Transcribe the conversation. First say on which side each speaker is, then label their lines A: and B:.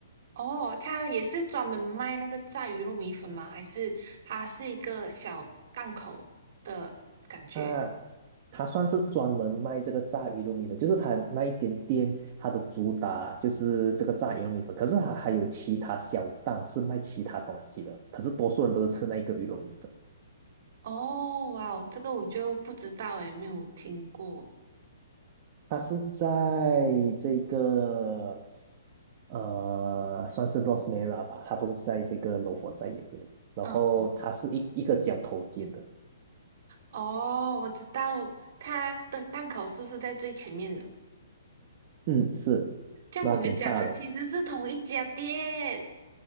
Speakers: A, on the right (about 55°); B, on the right (about 40°).
A: 哦，他也是专门卖那个炸鱼肉米粉吗？还是它是一个小档口的感觉？
B: 它它算是专门卖这个炸鱼肉米粉，就是它那一间店它的主打就是这个炸鱼肉米粉，可是它还有其他小档是卖其他东西的，可是多数人都是吃那一个鱼肉米粉。
A: 哦，哇哦，这个我就不知道诶，没有听过。
B: 它是在这个呃，算是 Rosmera 吧，它不是在这个罗佛在野这里，然后它是一一个角头尖的，
A: 嗯嗯，哦，我知道它的档口是不是在最前面的？
B: 嗯，是，
A: 像我们讲的其实是同一家店。
B: 那挺大的，